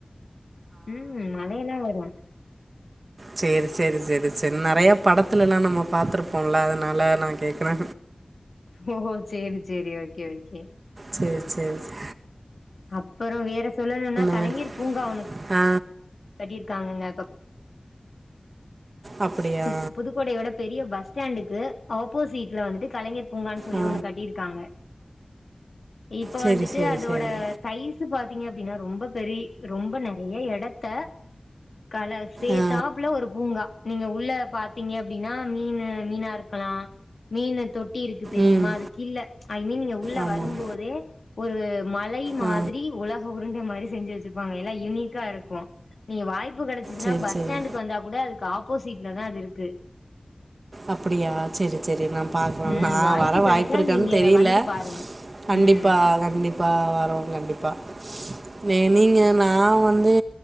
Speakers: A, on the left (about 85°); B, on the right (about 70°).
A: ம் மழை எல்லா வரு
B: சேரி சேரி சேரி சேரி நெறையா படத்துல எல்லா நம்ம பாத்துருப்போம்ல அதனால நா கேக்குறே
A: ஓஹோ சேரி சேரி ஓகே ஓகே
B: சேரி சேரி சே
A: அப்புற வேற சொல்லணுனா கலைஞர்
B: மாதிரி
A: பூங்கா ஓன்னு
B: ஆ
A: கட்டிருக்காங்கங்கப்ப
B: அப்படியா
A: ம் புதுக்கோடையோட பெரிய பஸ் ஸ்டாண்டுக்கு ஆப்போசிட்ல வந்துட்டு கலைஞர் பூங்கான்னு சொல்லி
B: ஆ
A: ஒண்ணு கட்டிருக்காங்க இப்ப
B: சரி
A: வந்துட்டு
B: சரி
A: அதோட
B: சரி
A: சைஸ் பாத்தீங்க அப்டின்னா ரொம்ப பெரிய ரொம்ப நெறைய எடத்த கல சேத்தாப்புல
B: ஆ
A: ஒரு பூங்கா நீங்க உள் உள்ள பாத்தீங்க அப்டின்னா மீனு மீனா இருக்கலா மீனு தொட் ட்டி இருக்கு தெரியுமா
B: ம்
A: அது கில்ல ஐ மீன் நீங்க உள்ள
B: ஆமாம்
A: வரும்போதே ஒரு மலை மாதிரி
B: ஆ
A: உலக உருண்ட மாரி செஞ்சு வச்சுருப்பாங்க எல்லா யுனிக்கா இருக்கு நீ வாய்ப்பு கெடச் சுசுனா
B: சரி
A: பஸ்
B: சரி
A: ஸ்டாண்டுக்கு வந்தா கூட அதுக்கு ஆப்போசிட்ல தா அது இருக்கு
B: அப்பிடியா சேரி சேரி நா பாக்குறே
A: ம்
B: நா வர வாய்ப்பு
A: கெடச்சா
B: இருக்கானு
A: நீங்க
B: தெரில
A: வந்து பாருங்க
B: கண்டிப்பா
A: ம்
B: கண்டிப்பா வரோ கண்டிப்பா மே நீங்க நா வந்து